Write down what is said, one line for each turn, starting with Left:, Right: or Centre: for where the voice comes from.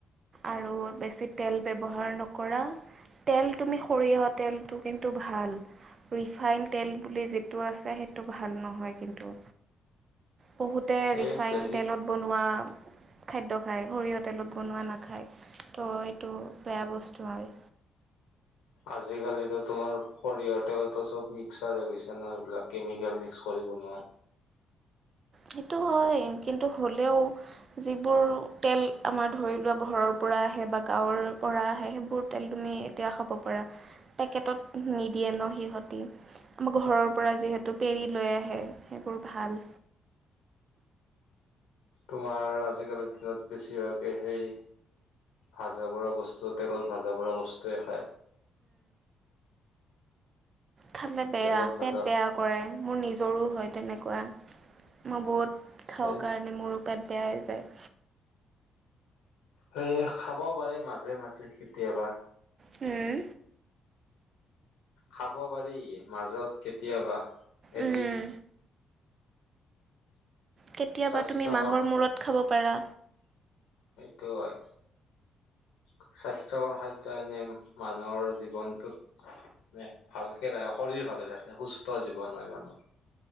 Right: আৰু বেছি তেল ব্যৱহাৰ নকৰা, তেল তুমি সৰিয়হ তেলটো কিন্তু ভাল। ৰিফাইন তেল বুলি যিটো আছে, সেইটো ভাল নহয় কিন্তু! বহুতে
Left: এই
Right: ৰিফাইন
Left: বেছি
Right: তেলত বনোৱা খাদ্য খায়। সৰিয়হ তেলত বনোৱা নাখায়, ত' এইটো বেয়া বস্তু হয়।
Left: আজিকালিতো তোমাৰ সৰিয়হ তেলতো চব মিৰ্ক্সাৰ হৈ গৈছে ন, এইবিলাক কেমিকেল মিক্স কৰি বনোৱা।
Right: সেইটো হয়। কিন্তু হ'লেও যিবোৰ তেল আমাৰ ধৰি লোৱা ঘৰৰ পৰা আহে বা গাঁৱৰ পৰা আহে সেইবোৰ তেল তুমি এতিয়া খাব পাৰা। পেকেটত নিদিয়ে ন সিহঁতি, আমাৰ ঘৰৰ পৰা যিহেতু পেৰি লৈ আহে সেইবোৰ ভাল।
Left: তোমাৰ আজিকালিৰ দিনত বেছিভাকে সেই ভজা বৰা বস্তু তেলত ভাজা বৰা বস্তুৱেই খায়।
Right: খালে বেয়া,
Left: তেলত ভাজা
Right: পেট বেয়া কৰে। মোৰ নিজৰো হয় তেনেকুৱা। মই বহুত
Left: সেই
Right: খাওঁ কাৰণে মোৰ পেট বেয়া হৈ যায়।
Left: হে' খাব পাৰি মাজে মাজে কেতিয়াবা।
Right: হুম।
Left: খাব পাৰি মাজত কেতিয়াবা। এটি
Right: উম, কেতিয়াবা
Left: স্বাস্থ্যকৰ
Right: তুমি মাহৰ মূৰত খাব পাৰা।
Left: <unintelligible> স্বাস্থ্যকৰ খাদ্য এনেই মানুহৰ জীৱনটোত ভালকে ৰাখে শৰীৰ ভালে ৰাখে। সুস্থ জীৱন হয় মানুহ।